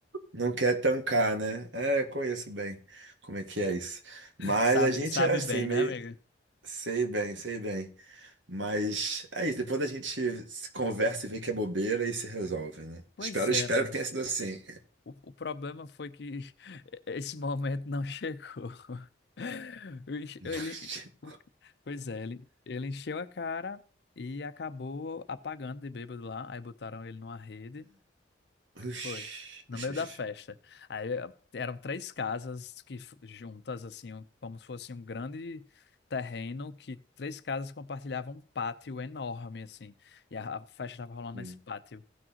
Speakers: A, on the right (about 85°); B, on the left (about 60°).
A: Não quer tancar, né? É, conheço bem como é que é isso. Mas
B: <laughs> Sabe,
A: a gente
B: sabe
A: é assim,
B: bem,
A: meio.
B: né, amigo?
A: Sei bem, sei bem. Mas é isso. Depois a gente se conversa e vê que é bobeira e se resolve, né?
B: Pois
A: Espero,
B: é,
A: espero
B: amigo.
A: que tenha sido assim.
B: O, o problema foi que <laughs> esse momento não chegou. <laughs> Eu enche-
A: <laughs>
B: Ele, o- pois é, ele, ele encheu a cara e acabou apagando de bêbado lá. Aí botaram ele numa rede.
A: Ux,
B: Foi. No
A: ux,
B: meio da festa. Aí eh, eram três casas que f- juntas, assim, um- como se fosse um grande terreno que três casas compartilhavam um pátio enorme, assim. E a, a festa estava rolando
A: ux.
B: nesse pátio.